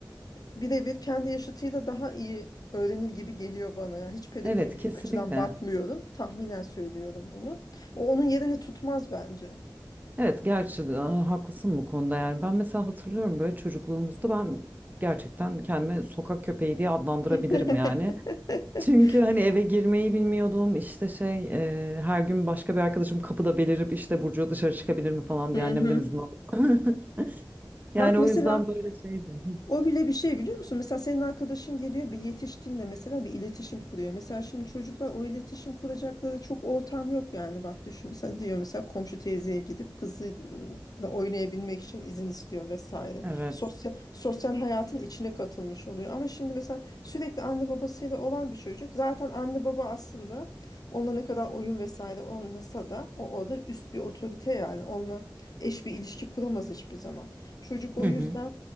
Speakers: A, on the left; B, on the right.
A: birebir kendi yaşıtıyla daha iyi öğrenir gibi geliyor bana. Yani hiç pedagojik
B: evet kesinlikle.
A: açıdan bakmıyorum. Tahminen söylüyorum bunu. O onun yerini tutmaz bence.
B: Evet gerçi e, haklısın bu konuda yani ben mesela hatırlıyorum böyle çocukluğumuzda ben gerçekten kendimi sokak köpeği diye adlandırabilirim
A: <laughs>
B: yani. Çünkü hani eve girmeyi bilmiyordum işte şey e, her gün başka bir arkadaşım kapıda belirip işte Burcu dışarı çıkabilir mi falan diye
A: Hı
B: annemden
A: hı.
B: izin aldım. <laughs>
A: Bak
B: Yani
A: mesela
B: o yüzden böyle şeydi.
A: O bile bir şey biliyor musun? Mesela senin arkadaşın geliyor bir yetişkinle mesela bir iletişim kuruyor. Mesela şimdi çocuklar o iletişim kuracakları çok ortam yok yani. Bak düşün mesela diyor mesela komşu teyzeye gidip kızıyla oynayabilmek için izin istiyor vesaire.
B: Evet.
A: Sosyal, sosyal hayatın içine katılmış oluyor. Ama şimdi mesela sürekli anne babasıyla olan bir çocuk zaten anne baba aslında onunla ne kadar oyun vesaire oynasa da o orada üst bir otorite yani onunla eş bir ilişki kuramaz hiçbir zaman. Çocuk o
B: Hı
A: yüzden
B: hı.